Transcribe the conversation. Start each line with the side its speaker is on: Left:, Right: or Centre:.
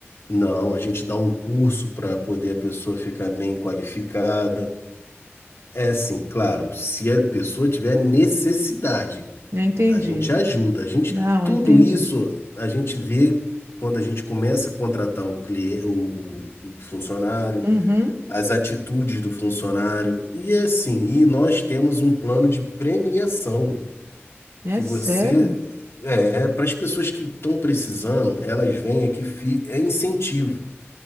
Left: não, a gente dá um curso para poder a pessoa ficar bem qualificada. É assim, claro, se a pessoa tiver necessidade,
Right: Eu entendi.
Left: a gente ajuda. A gente,
Right: Não,
Left: tudo
Right: eu entendi.
Left: isso a gente vê quando a gente começa a contratar o cliente, o o- o funcionário
Right: Uhum.
Left: as atitudes do funcionário. E é assim, e nós temos um plano de premiação
Right: É
Left: que
Right: sério?
Left: você é é para as pessoas que estão precisando, elas vêm aqui, fi- é incentivo.